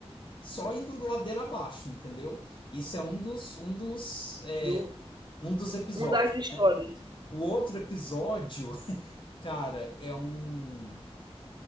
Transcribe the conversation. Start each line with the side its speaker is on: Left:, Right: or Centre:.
Left: Só indo ladeira abaixo, entendeu? Isso é um dos. Um dos. é,
Right: Do
Left: um dos episódios.
Right: um das histórias.
Left: O outro episódio. Cara, é um.